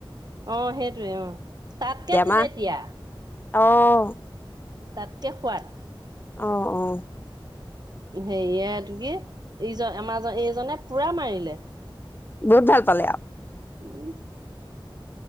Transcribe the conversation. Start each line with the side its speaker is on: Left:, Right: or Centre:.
Right: অহ সেইটয়ে অ তাতকে তেলেতিয়া
Left: মা অ ।
Right: তাতকে সোৱাদ
Left: অ অ ।
Right: সেয়য়া ত কি এইয <unintelligible> এমাজন এইজনে পুৰা মাৰিলে ।
Left: বোৰ ভাল পালে আ
Right: উম